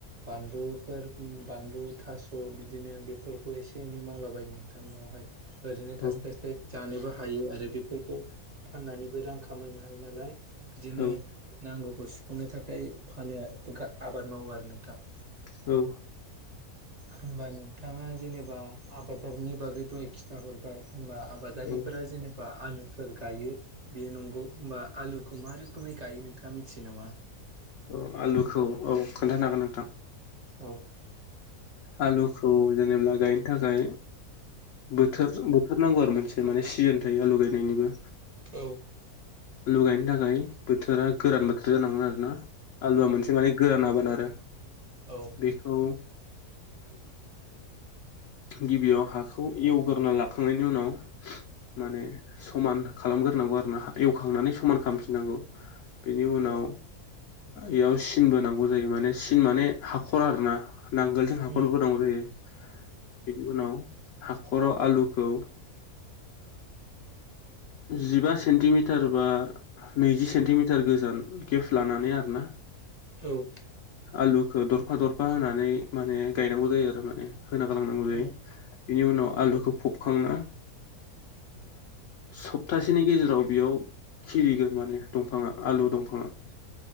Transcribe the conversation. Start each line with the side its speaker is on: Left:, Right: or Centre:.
Right: बानलुफोर बानलु थास' बिदिनो बेफोरखौ एसे एनै मावलाबायो नोंथां न'आवहाय ओरैनो
Left: औ
Right: थास्लायस्लाय जानोबो हायो आरो बेफोरखौ फाननानैबो रां खामायनो हायो नालाय बिदिनो
Left: औ
Right: नांगौखौ सुफुंनो थाखाय फानो <unintelligible> गा आबाद मावो आरो नोंथां
Left: औ
Right: होमबा नोंथाङा जेनेबा आबादारिनि बागै दहाय खिथा हरबाय होनबा आबादारिफोरा
Left: औ
Right: जेनेबा आलुफोर गायो बेयो नंगौ होमबा आलुखौ मा रोखोमै गायो नोंथाङा मिथियो नामा?
Left: औ आलुखौ औ खोन्थानो हागोन नोंथां
Right: औ
Left: आलुखौ जेनेबा गायनो थाखाय बोथोर थारनांगौ आरो मोनसे माने सिजोन थायो आलु गायनायनिबो
Right: औ
Left: आलु गायनो थाखाय बोथोरा गोरान बोथोर जानांगोन आरो ना आलुआ मोनसे माने गोरान आबोन आरो
Right: औ
Left: बेखौ गिबियाव हाखौ एवगोरना लाखांनायनि उनाव माने समान खालामग्रोनांगौ आरो ना एवखांनानै समान खालामफिननांगौ बेनि उनाव
Right: औ
Left: इयाव सिनबो नांगौ जायो माने सिन माने हाखर आर ना नांगोलजों हाख
Right: उम
Left: गौ जायो बेनि उनाव हाख'राव आलुखौ जिबा सेन्टिमिटार बा नैजि सेन्टिमिटार गोजान गेप लानानै आर ना
Right: औ
Left: आलुखौ दरफा दरफा होनानै माने गायनांगौ जायो आरो माने होना गालांनांगौ जायो
Right: उम
Left: बेनि उनाव आलुखौ फबखांना सप्तासेनि गेजेराव बेयाव खिलिगोन माने दंफाङा आलु दंफाङा